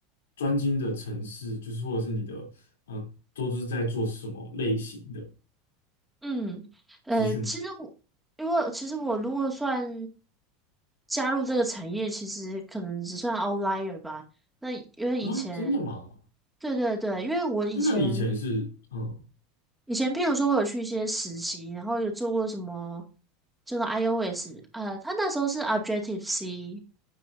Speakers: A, on the left; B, in the centre.
A: 专精的城市就是或者是你的，嗯、都是在做什么类型的
B: 嗯，呃，
A: 资讯
B: 其实我。因为其实我如果算加入这个产业，其实可能只算 outlier 吧。那因为以前，
A: 啊？真的吗？
B: 对对对，因为我以前
A: 那那你以前是，嗯
B: 以前，譬如说我有去一些实习，然后有做过什么，就是 iOS，呃，他那时候是 Objective C，